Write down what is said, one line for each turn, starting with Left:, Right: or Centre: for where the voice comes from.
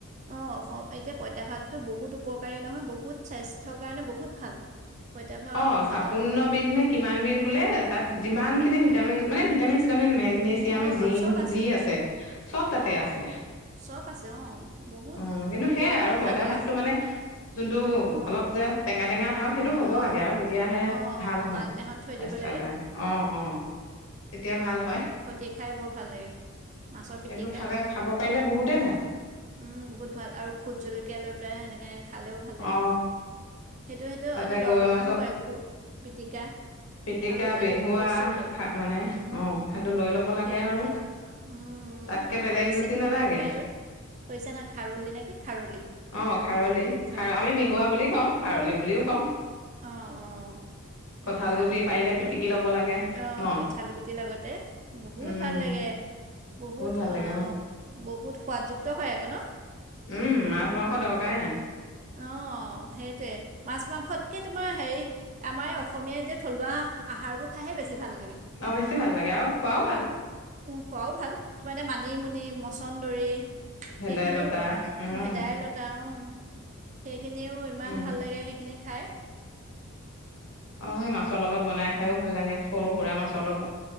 Right: অঁ অসম এতিয়া পঁইতা ভাতটো বহুত উপকাৰী নহয় বহুত স্বাস্থ্যৰ কাৰণে বহুত ভাল। পঁইতা ভা
Left: অ চাপোন্নবিধ
Right: ভাতত
Left: নে কিমানবিধ বোলে তাত যিমানখিনি ভিটামিন
Right: উম,
Left: মানে ভিটামিন - চিটামিন মেগনেছিয়াম,
Right: অঁ
Left: জিংক
Right: চব
Left: যি আছে চব তাতে
Right: অঁ
Left: আছে।
Right: চব আছে অঁ বহুত
Left: অ কিন্তু সেইয়াই
Right: বহুত
Left: আৰু পঁইতা
Right: ভাল লাগে
Left: ভাতটো মানে যোনটো
Right: অঁ
Left: অলপ যে টেঙা - টেঙা ভাৱ সেইটো হ'ব
Right: অঁ
Left: লা য়াও তেতিয়াহে
Right: অঁ
Left: ভাল
Right: অঁ
Left: হয়
Right: আগদিনাখন থৈ
Left: স্বাস্থ্যৰ
Right: দিব লাগে
Left: কাৰণে, অ অ তেতিয়া ভাল হয়।
Right: টি খাই বৰ ভাল লাগে। মাছৰ পিটিকা
Left: সেইটো খালে খাব পাৰিলে বহুতেই ভাল।
Right: উম, বহুত ভাল আৰু ভূত জলকীয়া লৈ পায় সেনেকে খালেও ভাল লাগে,
Left: অ
Right: সেইটো তেওঁ
Left: তাতে
Right: এটা
Left: গৰৈ
Right: দৰৱৰ
Left: মাছৰ
Right: কাম কৰে খু পিতিকা।
Left: পিটিকা
Right: আৰু
Left: বেহুৱা
Right: এইটো কচু লগ
Left: খা মানে
Right: উম
Left: অ সেইটো লৈ ল'ব লাগে
Right: সেই
Left: আৰু
Right: সে উম উম
Left: তাতকে
Right: আৰু
Left: বেলেগ
Right: খৰিছে
Left: জুতি নালাগে
Right: কি কয় এইটো? খৈছা না খাৰলি নেকি খাৰলি
Left: অ', খাৰলি খাৰ
Right: খাৰলি
Left: আমি বেহুৱা
Right: উম।
Left: বুলি কওঁ খাৰলি বুলিও কওঁ।
Right: অঁ অঁ।
Left: কঁঠাল
Right: আমি খাৰলি
Left: গুটি পাৰিলে
Right: বুলি
Left: পিটিকি
Right: কওঁ,
Left: ল'ব লাগে
Right: অঁ
Left: ন
Right: কঁঠাল গুটিৰ লগতে বহুত
Left: উম
Right: ভাল লাগে। বহুত
Left: ভাল লাগে
Right: আও
Left: অ',
Right: বহুত সোৱাদযুক্ত হয় আকৌ ন।
Left: উম মাছ - মাংস দৰকাৰেই নাই।
Right: অ সেইটোৱে মাছ - মাংসতকে তোমাৰ হেৰি আমাৰ এই অসমীয়া যে থলুৱা আহাৰবোৰ খাইহে বেছি ভাল লাগে।
Left: অ', বেছি ভাল লাগে আৰু খোৱাও ভাল
Right: উম খোৱাও ভাল, তোমাৰ এতিয়া মানিমুনি, মছন্দৰী
Left: ভেদাইলতা
Right: সেইখিনিও
Left: উম
Right: ভেদাই লতাও সেইখিনিও ইমান
Left: উম
Right: ভাল লাগে সেইখিনি খাই।
Left: অ সেই মাছৰ লগত বনাই খাইও ভাল লাগে সৰু - সুৰা মাছৰ লগত।